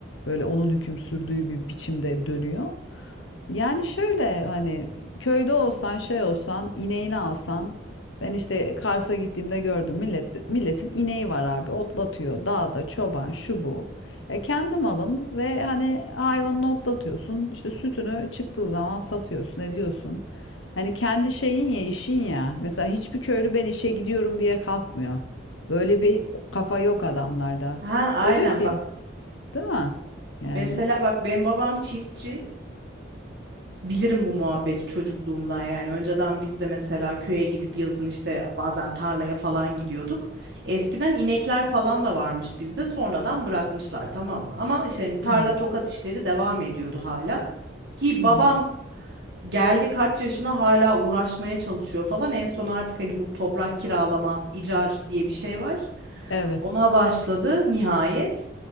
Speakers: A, on the left; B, on the right.
A: böyle onun hüküm sürdüğü bir biçimde dönüyor. Yani şöyle hani köyde olsan şey olsan ineğini alsan ben işte Kars'a gittiğimde gördüm millet milletin ineği var abi otlatıyor dağda çoban şu bu. E kendi malın ve hani hayvanını otlatıyorsun işte sütünü çıktığı zaman satıyorsun ediyorsun. Hani kendi şeyin ya işin ya mesela hiçbir köylü ben işe gidiyorum diye kalkmıyor. Böyle bir kafa yok adamlarda.
B: Ha aynen
A: O diyor ki
B: bak
A: değil mi? Yani.
B: mesela bak benim babam çiftçi. Bilirim bu muhabbeti çocukluğumdan yani. Önceden biz de mesela köye gidip yazın işte bazen tarlaya falan gidiyorduk. Eskiden inekler falan da varmış bizde. Sonradan bırakmışlar tamam mı? Ama işte hani tarla
A: Hı hı.
B: tokat işleri devam ediyordu hala. Ki
A: Hı
B: babam
A: hı.
B: geldi kaç yaşına hala uğraşmaya çalışıyor falan. En son artık hani bu toprak kiralama, icar diye bir şey var.
A: Evet.
B: Ona başladı nihayet.